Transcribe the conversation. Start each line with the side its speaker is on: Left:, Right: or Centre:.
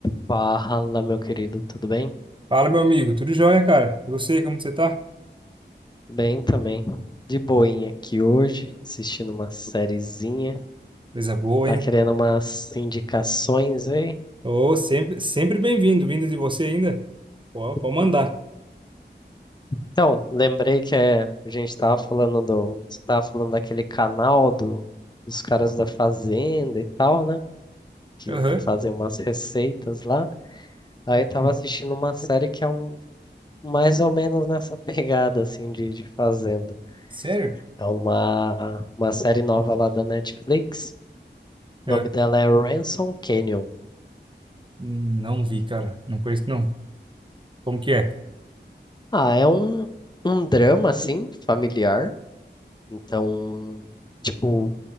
Left: Fala, meu querido, tudo bem?
Right: Fala, meu amigo. Tudo jóia, cara? E você, como você tá?
Left: Bem também. De boinha aqui hoje, assistindo uma sériezinha.
Right: Coisa boa,
Left: Tá
Right: hein?
Left: querendo umas indicações aí?
Right: Ô, sempre, sempre bem-vindo. Vindo de você ainda? Pô, pode mandar.
Left: Hum. Então, lembrei que é, a gente tava falando do, você tava falando daquele canal do, dos caras da fazenda e tal, né? Que,
Right: Aham.
Left: que fazem umas receitas lá. Aí tava assistindo uma série que é um mais ou menos nessa <laughs> pegada assim de, de fazenda.
Right: Sério?
Left: É uma uma série nova lá da Netflix.
Right: É.
Left: O nome dela é Ransom Canyon.
Right: Não vi, cara. Não conheço, não. Como que é?
Left: Ah, é um, um drama, assim, familiar. Então, tipo,